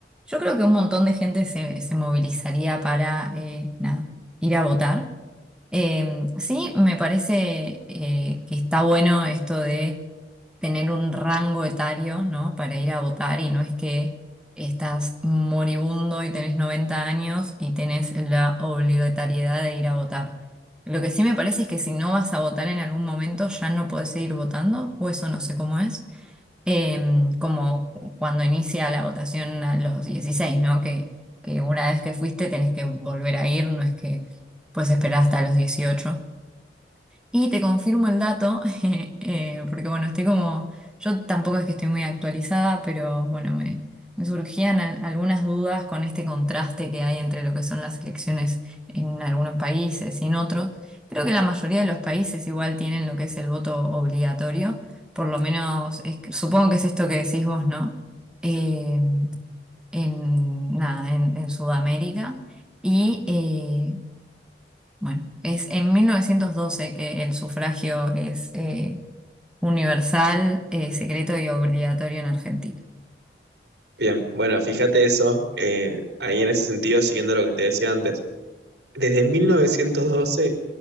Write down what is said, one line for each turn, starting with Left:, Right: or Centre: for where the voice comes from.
Centre: yo creo que un montón de gente se, se movilizaría para eh, nada, ir a votar. Eh, sí, me parece eh, que está bueno esto de tener un rango etario, ¿no? Para ir a votar y no es que estás moribundo y tenés 90 años y tenés la obligatoriedad de ir a votar. Lo que sí me parece es que si no vas a votar en algún momento ya no podés seguir votando, o eso no sé cómo es em, como cuando inicia la votación a los 16, ¿no? Que, que una vez que fuiste tenés que volver a ir, no es que puedes esperar hasta los 18. Y te confirmo el dato, <laughs> eh, porque bueno, estoy como, yo tampoco es que estoy muy actualizada, pero bueno, me, me surgían al- algunas dudas con este contraste que hay entre lo que son las elecciones en algunos países y en otros. Creo que la mayoría de los países igual tienen lo que es el voto obligatorio, por lo menos es que- supongo que es esto que decís vos, ¿no? Eh, en, nada, en, en Sudamérica. Y eh, bueno, es en 1912 que el sufragio es eh, universal, eh, secreto y obligatorio en Argentina.
Right: Bien, bueno, fíjate eso, eh, ahí en ese sentido, siguiendo lo que te decía antes, desde 1912